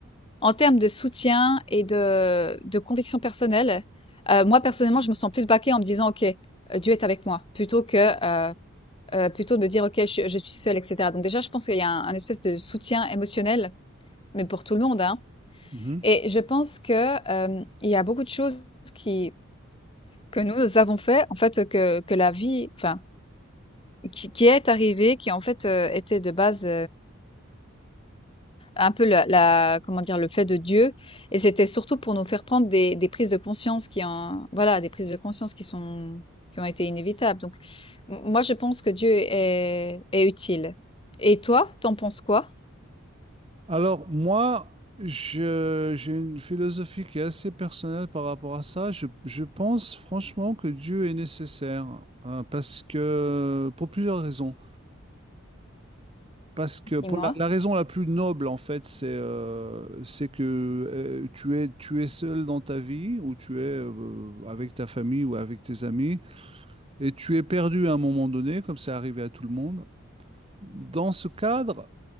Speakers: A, on the left; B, on the right.
A: en termes de soutien et de de conviction personnelle, heu, moi personnellement, je me sens plus backée en me disant: «OK, heu, Dieu est avec moi», plutôt que, heu heu, plutôt de me dire: «OK, je suis je suis seule» et cetera. Donc déjà, je pense qu'il y a un un espèce de soutien émotionnel, mais pour tout le monde, hein.
B: Mhm.
A: Et je pense que, hem, il y a beaucoup de choses qui que nous avons fait, en fait, que que la vie enfin, qui qui est arrivée, qui en fait, heu, était de base, Un peu la la comment dire? Le fait de Dieu et c'était surtout pour nous faire prendre des des prises de conscience qui en voilà, des prises de conscience qui sont qui ont été inévitables donc m moi, je pense que Dieu est est utile et toi, t'en penses quoi?
B: Alors, moi, je- j'ai une philosophie qui est assez personnelle par rapport à ça. Je, je pense franchement que Dieu est nécessaire, hein, parce que, pour plusieurs raisons. Parce que pour
A: Dis-moi?
B: la, la raison la plus noble, en fait, c'est euh, c'est que euh, tu es, tu es seul dans ta vie, ou tu es euh, avec ta famille ou avec tes amis. Et tu es perdu à un moment donné, comme c'est arrivé à tout le monde. Dans ce cadre,